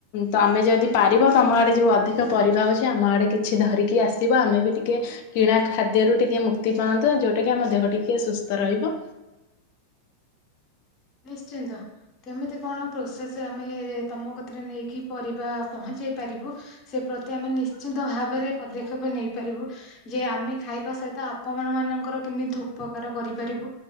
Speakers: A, on the left; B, on the left.
A: ତ ଆମେ ଯଦି ପାରିବ ତମ ଆଡେ ଯୋଉ ଅଧିକ ପରିବା ଅଉଛି ଆମ ଆଡ଼େ କିଛି ଧରିକି ଆସିବ ଆମେ ବି ଟିକେ କିଣା ଖାଦ୍ୟରୁ ଟିକେ ମୁକ୍ତି ପାଆନ୍ତୁ ଯୋଉଟା କିି ଆମ ଦେହ ଟିକେ ସୁସ୍ଥ ରହିବ।
B: ନିଶ୍ଚିନ୍ତ କେମିତି କଣ ପ୍ରୋସେସ ଆମେ ତମ କଥିରେ ନେଇକି ପରିବା ପହଞ୍ଚେଇ ପାରିବୁ ସେ ପ୍ରତି ଆମେ ନିଶ୍ଚିନ୍ତ ଭାବରେ ପଦକ୍ଷେପ ନେଇପାରିବୁ। ଯେ ଆମେ ଖାଇବା ସହିତ ଆପଣ ମାନଙ୍କର କେମିତି ଉପକାର କରିପାରିବୁ